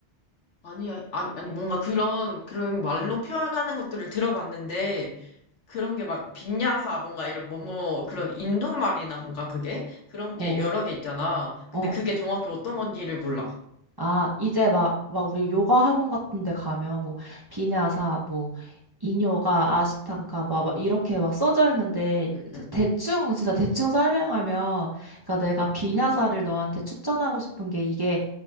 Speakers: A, on the left; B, on the right.
A: 아니, 아니, 아니, 뭔가 그런, 그런 말로 표현하는 것들을 들어봤는데, 그런 게 막, 빈야사, 뭔가 이런, 뭐뭐, 그런 인도 말이란가, 그게? 그런
B: 어,
A: 게 여러 개 있잖아. 근데
B: 어.
A: 그게 정확히 어떤 건지를 몰라.
B: 아, 이제 막, 막 우리 요가 학원 같은 데 가면 뭐 비냐사, 뭐 인요가, 아시탄가 막, 막 이렇게 막 써져 있는데
A: 응, 응,
B: 대충 진짜 대충 설명하면 그러니까 내가 비냐사를
A: 응,
B: 너한테 추천하고 싶은 게 이게